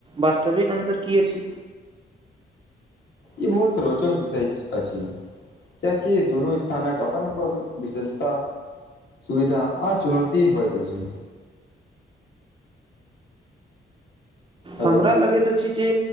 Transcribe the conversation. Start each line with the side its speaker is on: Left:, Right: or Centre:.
Right: वास्तविक अन्तर की अछि
Left: ई बहुत रोचक विषय अछि कियाकि दुनू स्थानक अपन अपन विशेषता सुविधा आ चुनौती होइत अछि हेलो
Right: हमरा लगैत अछि जे